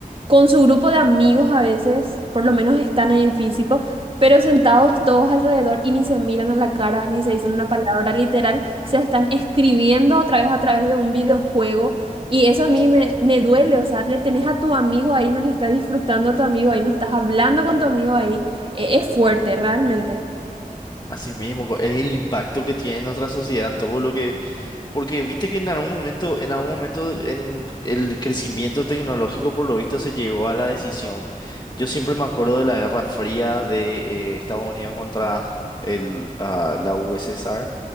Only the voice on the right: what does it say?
con su grupo de amigos a veces, por lo menos están ahí en físico, pero sentados todos alrededor y ni se miran a la cara, ni se dicen una
palabra literal, se están escribiendo otra vez a través de un videojuego. Y eso a mí
me, me duele, o sea, le tenés a tu amigo ahí, no le estás disfrutando a tu amigo ahí, no estás hablando con tu amigo ahí. Eh, es fuerte, realmente.